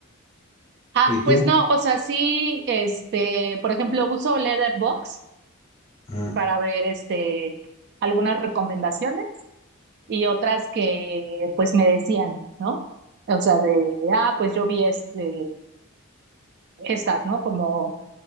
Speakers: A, on the right (about 50°); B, on the left (about 30°).
A: Ah,
B: ¿y tú?
A: pues no, o sea, sí, este, por ejemplo, uso Letterboxd
B: Ah,
A: para ver, este, algunas recomendaciones y otras que, pues, me decían, ¿no? O sea, de, ah, pues yo vi este, estas, ¿no? Como